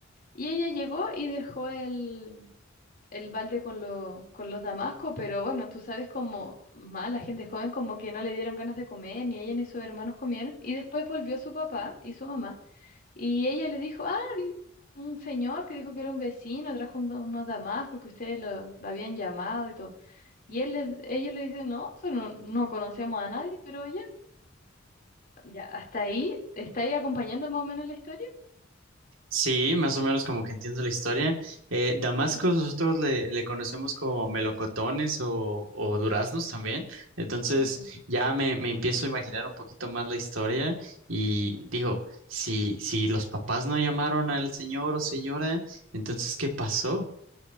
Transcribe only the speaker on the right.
Sí, más o menos como que entiendo la historia. Eh, Damasco
nosotros le, le conocemos como melocotones o, o duraznos también. Entonces
ya me, me empiezo a imaginar un poquito más la historia y
digo, si, si los papás no llamaron al señor o señora, entonces ¿qué pasó?